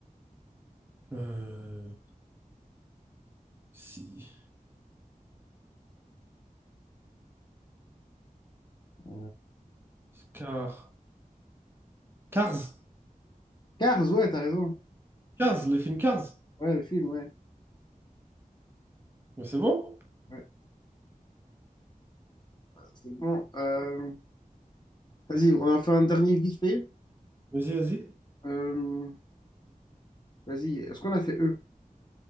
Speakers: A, on the right (about 15°); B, on the left (about 30°).
A: euh, si.
B: Euh,
A: Car. Cars.
B: Cars, ouais, t'as raison.
A: Cars, le film Cars.
B: Ouais, le film, ouais.
A: Mais c'est bon?
B: Ouais, c'est bon. Euh, vas-y, on a fait un dernier vite fait.
A: Vas-y, vas-y.
B: Euh, vas-y, est-ce qu'on a fait eux?